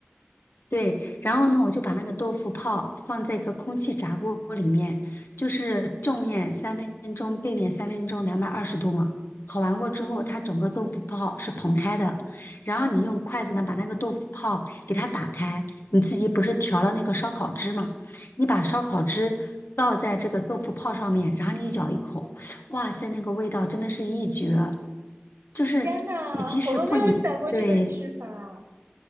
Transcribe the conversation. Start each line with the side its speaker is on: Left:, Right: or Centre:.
Left: 对，然后呢，我就把那个豆腐泡放在一个空气炸锅里面，就是正面三分钟，背面三分钟，两百二十度嘛。烤完过之后，它整个豆腐泡是蓬开的，然后你用筷子呢把那个豆腐泡给它打开，你自己不是调了那个烧烤汁嘛？你把烧烤汁倒在这个豆腐泡上面，然后你一咬一口，哇塞，那个味道真的是一绝！就是你即使不离，
Right: 天呐，我都没有想过这个吃法。
Left: 对，